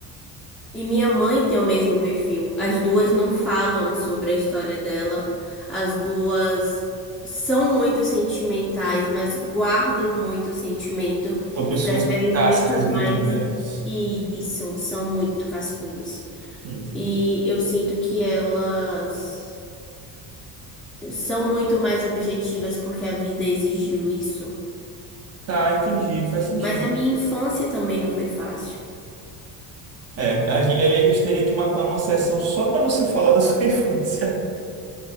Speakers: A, in the centre; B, on the right.
A: E minha mãe tem o mesmo perfil. As duas não falam sobre a história dela. As duas são muito sentimentais, mas guardam muito sentimento.
B: São pessoas
A: Preferem
B: com cascas
A: muito
B: muito
A: mais.
B: grandes.
A: E isso, são muito cascudas.
B: Entendi.
A: E eu sinto que elas são muito mais objetivas porque a vida exigiu isso.
B: Tá, entendi, faz sentido.
A: Mas a minha infância também não foi fácil.
B: É, a gente, aí a gente teria que marcar uma sessão só para você falar da sua <laughs> infância.